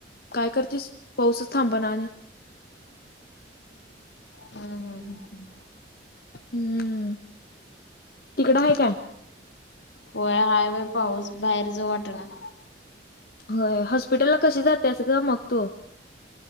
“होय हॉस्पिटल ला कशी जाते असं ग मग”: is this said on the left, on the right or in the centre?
Left